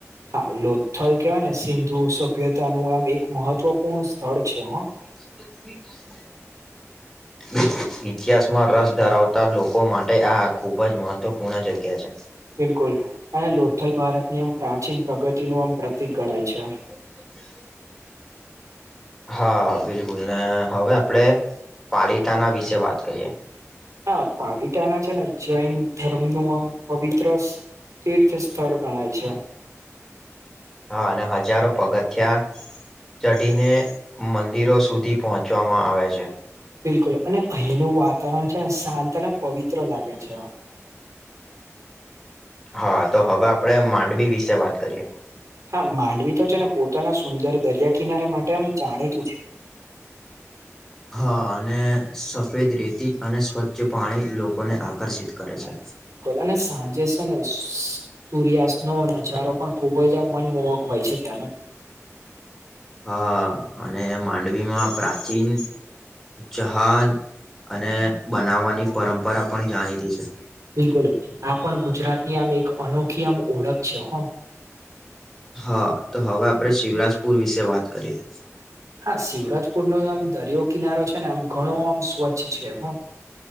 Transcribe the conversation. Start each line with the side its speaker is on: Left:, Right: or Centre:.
Right: હા લોથલ કેહેવાય ને સિંધુ સભ્યતા નું આમ એક મહત્વપૂર્ણ સ્થળ છે હ
Centre: <inaudible> ઇતિહાસમાં રસ ધરાવતા લોકો માટે આ ખૂબ જ મહત્વપૂર્ણ જગ્યા છે
Right: બિલકુલ અને લોથલ ભારતની આમ પ્રાચીન પ્રગતિ નું આમ પ્રતિક ગણાય છે
Centre: <inaudible> હા બિલકુલ ને હવે આપડે પાલીતાના વિશે વાત કરીએ
Right: હા પાલતાા ના છે ને જૈન ધર્મ નું આમ પવિત્ર તીર્થ સ્થળ ગણાય છે
Centre: હા અને હજારો પગથ થયા ચઢીને મંદિરો સુધી પહોંચવામાં આવે છે
Right: બિલકુલ અને અહીંનું વાતાવરણ છેને શાંત અને પવિત્ર લાગે છે
Centre: હા તો હવે આપડે માંડવી વિશે વાત કરીયએ
Right: હા માંડવી તો છે ને પોતાના સુંદર દરિયા કિનારે માટે આમ જાણીતું છે
Centre: હા અને સફેદ રેતી અને સ્વચ્છ જે પાણી લોકોને આકર્ષિત કરે છે
Right: ને સાંજે છે ને સૂર્યાસ્ત નો નજારો પણ ખુબ જ આ મનમોહક હોય છે ત્યાં
Centre: હા અને માંડવીમાં પ્રાચીન જહાાન અને બનાવવાની પરંપરા પણ જાણીતી છે
Right: બિલકુલ આ પણ ગુજરાતની આમ એક અનોખી આમ ઓળખ છે હ
Centre: હા તો હવે આપડે શિવરાજપુર વિશે વાત કરીએ
Right: હા શિવરાજપુર નો આમ દરિયો કિનારો છે ને આમ ઘણો આમ સ્વચ્છ છે હ